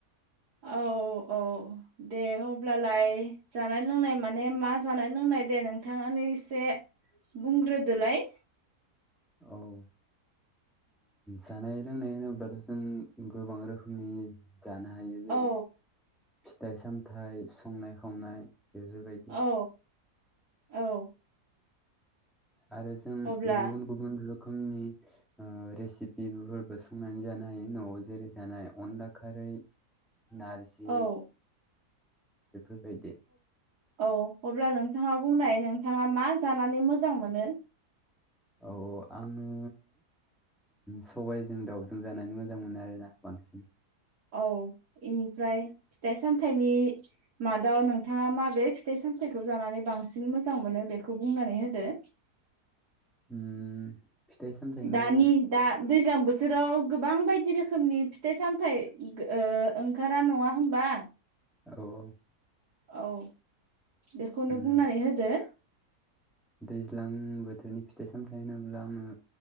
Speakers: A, on the right; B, in the centre.
A: औ औ दे अब्लालाय जानाय लोंनाय माने मा जानाय लोंनाय दे नोंथाङानो एसे बुंग्रोदोलाय।
B: औ जानाय लोंनाय होनोब्लाथ' जों गोबां रोखोमनि जानो हायो जेरै
A: औ
B: फिथाइ सामथाइ संनाय खावनाय बेफोरबायदि
A: औ औ
B: आरो जों
A: अब्ला
B: गुबन गुबन रोखोमनि रेसिपिफोरबो संनानै जानाय न'आव जेरै जानाय अनला खारै नारजि
A: औ
B: बेफोरबायदि
A: औ अब्ला नोंथाङा बुंनाय नोंथाङा मा जानानै मोजां मोनो।
B: औ आङो सबाइजों दाउजों जानानै मोजां मोनो आरो ना बांसिन।
A: औ इनिफ्राय फिथाइ सामथाइनि मादाव नोंथाङा मा बेे फिथाइ सामथाइखौ जानानै बांसिन मोजां मोनो बेखौ बुंनानै होदो।
B: उम फिथाइ सामथाइनि
A: दानि दा दैज्लां बोथ बोथोराव गोबां बायदि रोखोमनि फिथाइ सामथाइ ओ ओंखारा नङा होमबा?
B: औ औ
A: औ बेखौनो
B: उम
A: बुंनानै होदो।
B: दैज्लां बोथोरनि फिथाइ सामथायाइ होनोब्ला आङो